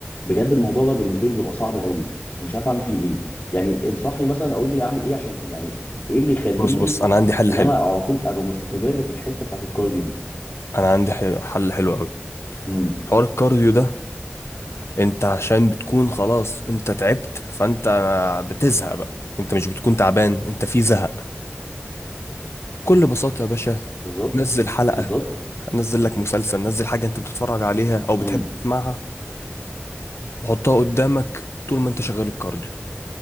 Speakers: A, on the left (about 40°); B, on the left (about 75°).
A: بجد الموضوع ده بالنسبه لي بيبقى صعب قوي مش عارف اعمل فيه ايه يعني انصحني مثلا اقول لي اعمل ايه عشان يعني ايه اللي يخليني
B: بص بص انا عندي حل
A: ان
B: حلو
A: انا على طول ابقى مستمر في الحته بتاعت الكارديو دي
B: انا عندي حل حل حلو قوي
A: امم
B: حوار الكارديو ده انت عشان بتكون خلاص انت تعبت فانت بتزهق بقى انت مش بتكون تعبان انت في زهق بكل بساطة يا باشا
A: بالظبط
B: نزل حلقة
A: بالظبط
B: نزل لك مسلسل نزل حاجة انت بتتفرج عليها او بتحب
A: امم
B: تسمعها وحطها قدامك طول ما انت شغال الكارديو